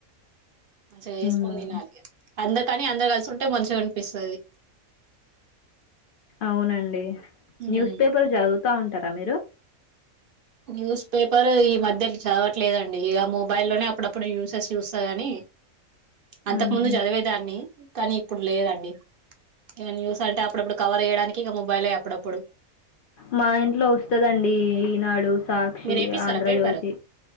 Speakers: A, on the right (about 60°); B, on the left (about 75°).
A: మంచిగా
B: హ్మ్.
A: ఎసుకొని తినాలి ఇగ అందు కనీ అందర్ కల్ సుకుంటే మంచ్ గ అనిపిస్తుంది
B: అవునండి
A: హ్మ్
B: న్యూస్ పేపర్ జదువుతా ఉం టర మీరు
A: న్యూస్ పేపర్ ఈ మధ్య చదవట్లేదండి ఇగ మొబైల్లోనే అప్పుడప్పుడు యూసెస్ చూస్తా గాని అంతక్
B: ఆహా!
A: ముందు చదివేదాన్ని కానీ ఇప్పుడు లేదండి ఇంగ్ న్యూస్ అంటే అప్పుడప్పుడు కవర్ చేయడానికి ఇక మొబైలే అప్పుడప్పుడు
B: మా ఇంట్లో వస్తదండి ఈ ఈనాడు సాక్షి
A: మీరు ఏపిస్తారా
B: ఆంధ్రజ్యోతి
A: పేపర్